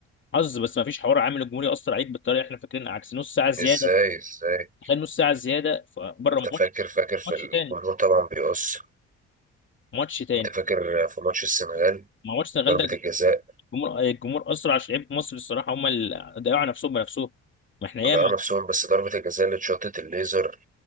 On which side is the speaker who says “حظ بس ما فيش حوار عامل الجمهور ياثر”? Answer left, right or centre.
Left